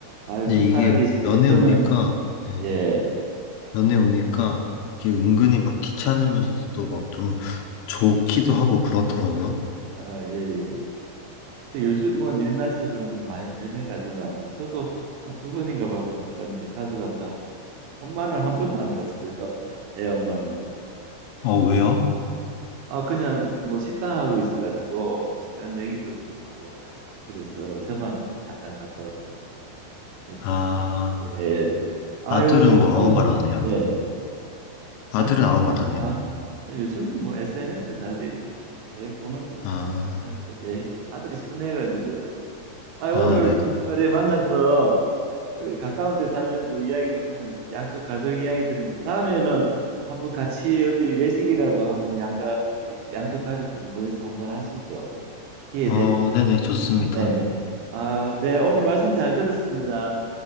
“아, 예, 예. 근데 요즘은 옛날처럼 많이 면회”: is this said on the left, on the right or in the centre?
Right